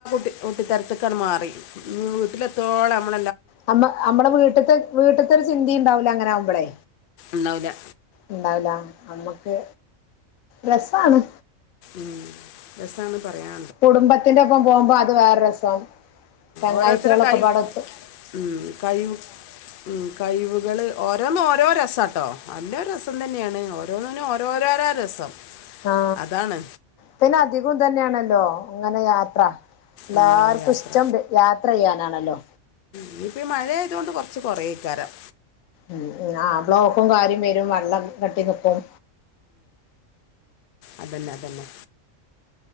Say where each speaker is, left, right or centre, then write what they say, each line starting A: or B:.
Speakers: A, on the left (about 65°); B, on the left (about 80°).
A: കുട്ടിത്തരത്തുക്ക മാറി വീട്ടിലെത്തോള നമ്മ
B: നമ്മ നമ്മളെ വീട്ടത്തെ വീട്ടത്തെ ഒരു ചിന്തി ഉണ്ടാവൂല അങ്ങനെ ആകുമ്പോളെ
A: ഉണ്ടാവില്ല
B: ഉണ്ടാവല നമ്മക്ക് രസാണ്
A: ഉം രസാണ് പറയാൻ
B: കുടുംബത്തിന്റെ ഒപ്പം പോകുമ്പോ അത് വേറെ രസം തെങ്ങാഴ്ചാളെ
A: ഓരോരുത്തരുടെ
B: ഒക്കെ
A: കഴിവ്
B: പാടെ എത്തും
A: ഉം കഴ് ഉം കഴിവുകള് ഓരോന്ന് ഓരോര രസാട്ടോ എല്ലാം രസം തന്നെയാണ് ഓരോന്നിനും ഓരോരോര രസം
B: ആ
A: അതാണ്
B: പിന്നെ അധികം തന്നെയാണല്ലോ അങ്ങനെ യാത്ര എല്ലാർക്കും
A: ആ, യാത്ര
B: ഇഷ്ടം യാത്ര ചെയ്യാനാണല്ലോ
A: ഇനിയിപ്പ മഴ ആയത് കൊണ്ട് കൊറച്ച് കൊറേക്കാരം
B: ഉം ആ ബ്ലോക്കും കാര്യം വരും വെള്ളം കെട്ടി നിക്കും
A: അതന്നെ അതന്നെ